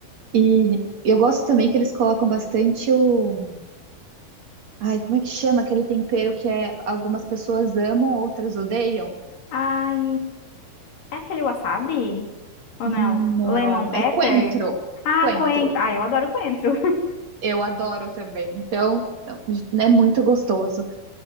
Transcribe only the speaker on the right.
E eu gosto também que eles colocam bastante o Ai, como é que chama aquele tempero que é algumas pessoas amam, outras odeiam?
Não,
é coentro.
Coentro.
Eu adoro também. Então, é muito gostoso.